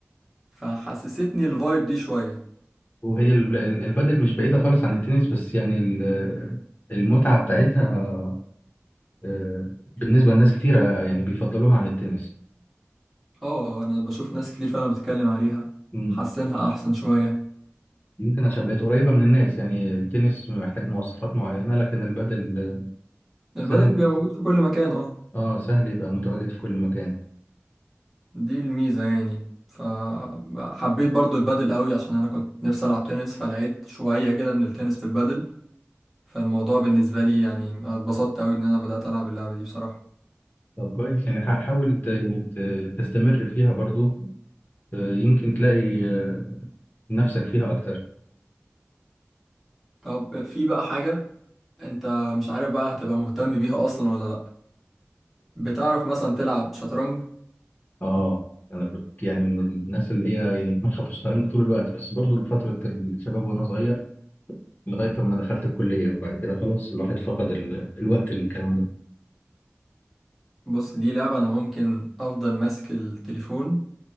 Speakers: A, in the centre; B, on the left.
A: فحسستني الفايب دي شوية
B: وهي ال- ال- البادل مش بعيدة خالص عن التنس بس يعني ال- المتعة بتاعتها آه، بالنسبة لناس كتيرة يعني بيفضلوها عن التنس
A: اه أنا بشوف ناس كتير فعلا بتتكلم عليها
B: مم.
A: حاسينها أحسن شوية
B: يمكن عشان بقت قريبة من الناس يعني التنس محتاج مواصفات معينة لكن البادل آه،
A: البادل
B: سهل
A: بيبقى موجود في كل مكان اه
B: اه سهل يبقى متواجد في كل مكان
A: دي الميزة يعني فحبيت برضو البادل قوي عشان أنا كنت نفسي ألعب تنس فلقيت شوية كده من التنس في البادل فالموضوع بالنسبة لي يعني اتبسطت قوي إن أنا بدأت ألعب اللعبة دي بصراحة
B: طب كويس يعني حا- حاول ت- يعني ت- تستمر فيها برضو آه، يمكن تلاقي آه، نفسك فيها أكتر
A: طب في بقى حاجة انت مش عارف بقى هتبقى مهتم بيها اصلا ولا لا بتعرف مثلا تلعب شطرنج
B: اه انا كنت يعني من الناس اللي هي يعني دماغها في الشطرنج طول الوقت بس برضو لفتره الشباب وانا صغير لغايه ما دخلت الكليه وبعد كده خلاص الواحد فقد ال... الوقت للكلام ده
A: بص دي لعبة انا ممكن افضل ماسك التليفون